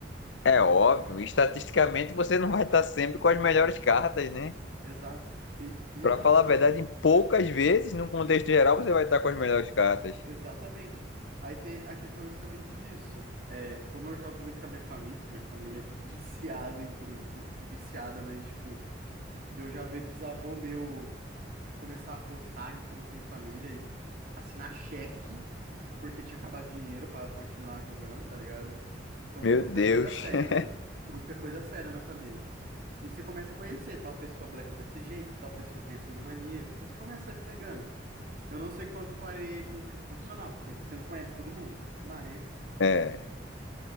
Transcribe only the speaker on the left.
é óbvio. Estatisticamente você não vai estar sempre com as melhores cartas, né?
Pra
falar
a
verdade, em poucas vezes, num contexto geral, você vai estar com as melhores cartas.
Meu
Deus.
<laughs>
É,